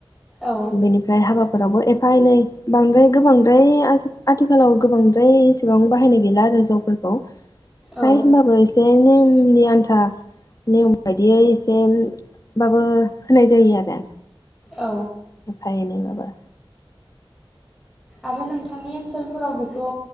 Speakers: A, in the centre; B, on the left.
A: औ
B: बेनि ओमफ्राय हाबाफोरावबो एफा एनै बांद्राय गोबांद्राय आजि-आथिखालाव गोबांद्राय एसेबां बाहायनाय गैला आरो जौफोरखौ फ्राय
A: औ
B: होमबाबो एसे नेमनि आन्था नेम बायदियै एसे एम बाबो होनाय जायो आरो।
A: औ।
B: एफा एनै माबा
A: आरो नोंथांनि ओनसोलफोराव बेखौ